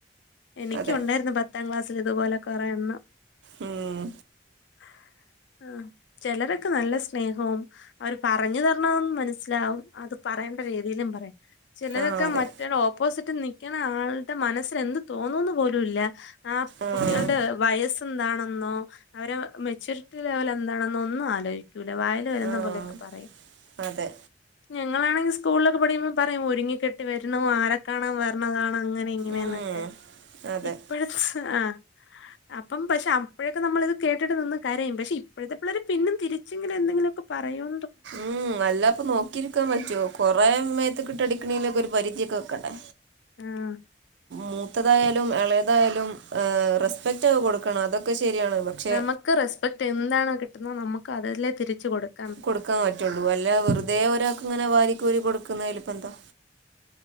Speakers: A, on the left (about 85°); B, on the right (about 80°).
A: എനിക്കുണ്ടായിരുന്നു
B: അതെ
A: പത്താം ക്ലാസ്സില് ഇതുപോലെ കൊറേയെണ്ണം
B: ഉം
A: <inaudible> ആ ചിലരൊക്കെ നല്ല സ്നേഹവും അവര് പറഞ്ഞു തരണത് മനസ്സിലാവും അത് പറയാ വേണ്ട രീതിയിലും പറയാം ചിലരൊക്കെ
B: ആഹ് അതെ
A: മാറ്റാളു ഓപ്പോസിറ്റിൽ നിക്കുന്ന ആളുടെ മനസ്സിൽ എന്ത് തോന്നുന്ന് പോലുല്ല ആ
B: ആഹ്
A: കുട്ടികളുടെ വയസ്സേന്താണെന്നോ അവരെ മെച്യൂരിറ്റി ലെവൽ എന്താണെന്നോ ഒന്നും ആലോചിക്കില്ല വായില് വരുന്ന
B: ആഹ്
A: പോലെക്കെ പറയും
B: അതെ
A: ഞങ്ങളാണെങ്കിൽ സ്കൂളിലൊക്കെ പഠിക്കുമ്പോൾ പറയുംംഒരുങ്ങിക്കെട്ടി വരണു ആരെ കാണൻ വരണതാണ് അങ്ങനെ ഇങ്ങനെന്നൊക്കെ
B: ഉം അതെ
A: ഇപ്പോഴത്തെ ആ അപ്പം പക്ഷെ അപ്പോഴൊക്കെ നമ്മൾ ഇത് കേട്ടിട്ട് നിന്ന് കരയും പക്ഷെ ഇപ്പോഴത്തെ പിള്ളേർ പിന്നും തിരിച്ചിങ്ങനെ എന്തെങ്കിലൊക്കെ പറയോ
B: ഉം അല്ലാപ്പൊ നോക്കി വക്കാൻ പറ്റോ കൊറേ മേത്തക്കിട്ട് അടിക്കണെലൊക്കെ ഒരു പരിധിയൊക്കെ വെക്കണ്ടേ
A: ആഹ്
B: മൂത്തതായാലും ഇളയതായാലും ആഹ് റെസ്പെക്റ്റ് കൊടുക്കണം അതൊക്കെ ശരിയാണ് പക്ഷെ
A: നമ്മക്ക് റെസ്പെക്റ്റ് എന്തണോ കിട്ടുന്ന നമുക്ക് അതല്ലേ തിരിച്ചു കൊടുക്ക
B: കൊടുക്കാൻ പറ്റുള്ളൂ അല്ല വെറുതെ ഒരാക്ക് ഇങ്ങനെ വാരിക്കോരി കൊടുക്കുന്നയില് ഇപ്പ എന്താ